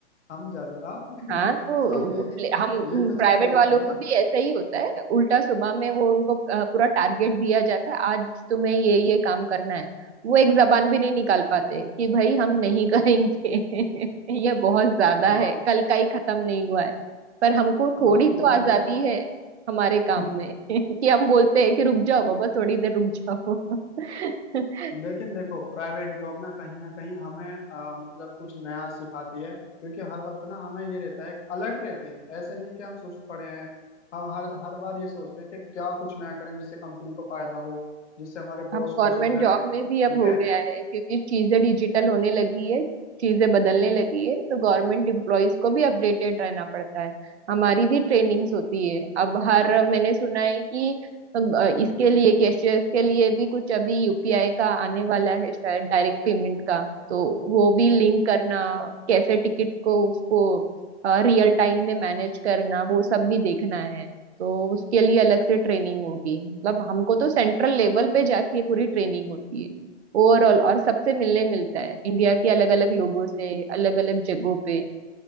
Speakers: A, on the left; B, on the right.
A: हम जा जरा <laughs> तो
B: हाँ तो
A: ये भी
B: हम
A: यही तो
B: प्राइवेट
A: चीज गलत
B: वालों
A: है ना
B: को भी ऐसा ही होता है उल्टा सुबह में वो उनको अ, पूरा टारगेट दिया जाता है आज तुम्हें ये ये काम करना है वो एक जबान भी नहीं निकाल पाते कि भाई हम नहीं करेंगे <laughs> ये बहुत ज्यादा
A: हाँ
B: है कल का ही खत्म नहीं हुआ है पर हमको थोड़ी
A: हाँ तो
B: तो
A: वो
B: आजादी
A: देखो
B: है हमारे काम
A: <laughs>
B: में <laughs> कि हम बोलते हैं कि रुक जाओ बाबा थोड़ी देर रुक जाओ <laughs>
A: लेकिन देखो प्राइवेट जॉब ना कहीं ना कहीं हमें आ, मतलब कुछ नया सिखाती है क्योंकि हर वक्त ना हमें ये रहता है अलर्ट रहते हैं ऐसे नहीं कि हम सुस्त पड़े हैं हम हर हर बार ये सोचते हैं कि क्या कुछ नया करें जिससे कंपनी को फायदा हो जिससे हमारे
B: अब
A: बॉस
B: गवर्नमेंट
A: खुश हो जाए
B: जॉब में भी अब
A: ठीक
B: हो
A: है
B: गया है क्योंकि चीजें डिजिटल होने लगी है चीजें बदलने लगी है तो गवर्नमेंट एम्प्लॉयज को भी अपडेटेड रहना पड़ता है हमारी भी ट्रेनिंग्स होती है अब हर मैंने सुना है कि अ, इसके लिए कैशियर्स के लिए भी कुछ अभी यूपीआई का आने वाला है शायद डायरेक्ट पेमेंट का तो वो भी लिंक करना कैसे टिकट को उसको रियल टाइम में मैनेज करना वो सब भी देखना है तो उसके लिए अलग से ट्रेनिंग होगी मतलब हमको तो सेंट्रल लेवल पे जाके पूरी ट्रेनिंग होती है ओवरऑल और सबसे मिलने मिलता है इंडिया के अलग अलग लोगों से अलग अलग जगहों पे